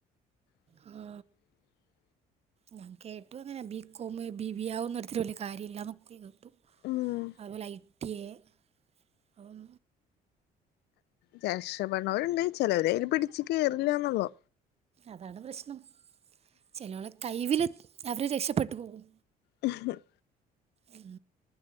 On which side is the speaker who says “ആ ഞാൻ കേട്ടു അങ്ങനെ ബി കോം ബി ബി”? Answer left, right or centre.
Right